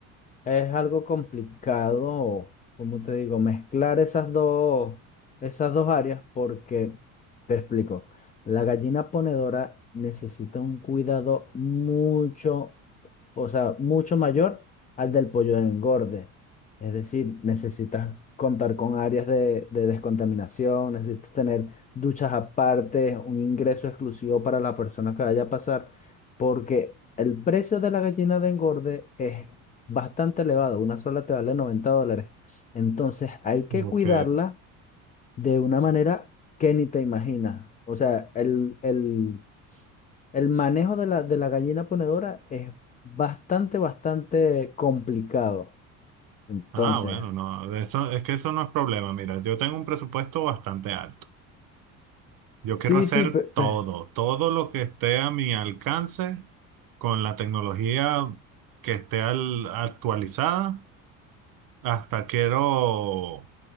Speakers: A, on the left (about 20°); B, on the right (about 55°).
A: Es algo complicado, como te digo, mezclar esas dos, esas dos áreas porque, te explico, la gallina ponedora necesita un cuidado mucho, o sea, mucho mayor al del pollo de engorde. Es decir, necesitas contar con áreas de, de descontaminación, necesitas tener duchas aparte, un ingreso exclusivo para la persona que vaya a pasar, porque el precio de la gallina de engorde es bastante elevado. Una sola te vale 90 dólares. Entonces hay que
B: Ok.
A: cuidarla de una manera que ni te imaginas. O sea, el, el, el manejo de la, de la gallina ponedora es bastante, bastante complicado. Entonces,
B: Ah, bueno, no, de eso, es que eso no es problema. Mira, yo tengo un presupuesto bastante alto. Yo quiero
A: sí,
B: hacer
A: sí, pe-
B: todo,
A: pe-
B: todo lo que esté a mi alcance con la tecnología que esté al- actualizada. Hasta quiero,